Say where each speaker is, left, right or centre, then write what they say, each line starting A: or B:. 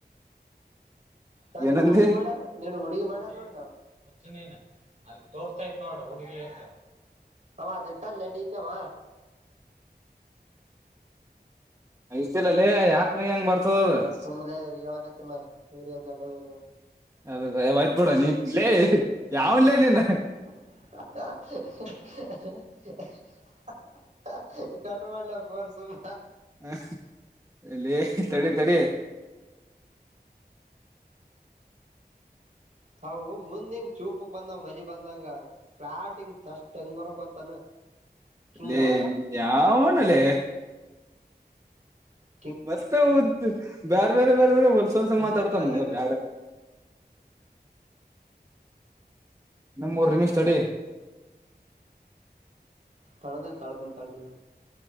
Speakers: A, on the right (about 45°); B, on the right (about 20°).
A: ನಾನುನು
B: ಏನಂದಿ
A: ಹಡುಿ ಮಾಡಾರ ನೀ ಹುಡುಗಿ ಮಾಡ ನೋ ಮುದ್ ನೀನ್ ಅಲ್ಲಿ ತೋರ್ತಾ ಇತ್ ನೋಡ ಹುಡುಗಿ ಅಂತ ಅವ ಅದಟಾಲ್ಲ ಡಿೀಪ್ಯಾಮ
B: ಯಸಲಲ್ಲಿ ಯತ್ನಾಗ ಹೆಂಗ್ ಬರ್ತದ
A: ಸುಮ್ಮನೆ ಇವ್ರರು ಹೇಳಕತಿನ ಇವ್ರಿಗೆ ಒಂದ್ೋದು
B: ಅದವಯ್ತ ಬಿಡ ನೀನ್ ಲೇ ಯಾವನ್ಲೇ ನಿನ್
A: <inaudible> ಕಟ್ ಮಾಡಡ್ಲ ಪೋರ್ ಸುಮ್ಮ
B: ಹ ಎಲ್ಲಿ ತಡಿ ತಡಿ
A: ಹೌ ಮುಂದಿಂಗ್ ಚೂಕ್ ಪಪ್ಪಕ್ ಬಂದ ಮಲಿ ಬಂದಂಗ ಫ್ಲಾಟ್ಲಿಂಗ್ ಚಷ್ಟಟ್ ಹೆಂಗ್ವರಗ್ ಗೊತ್ತಾನ ಹಿಂಗ್
B: ಲೇ ನಿನ್ ಯಾವನಲ್ಲೇ
A: ಹ
B: ಮಸ್ತ ಬೇರೆ ಬೇರೆ ಬೇರೆ ಬೇರೆ ಹೊಲ್ಸ ಹೊಲ್ಸ ಮಾತಾಡ್ತಾ
A: ಶೇಪ್ ಬರಲ್ಲ
B: ನನ್ ಮಗ
A: ಅದು
B: ಬೇ ಬೇರೆ ನಿಮ್ ಊ ರಿಮಿ ಸ್ಟಡಿ
A: ತಳದೇ ತಳ್ದ ತಳ್ದ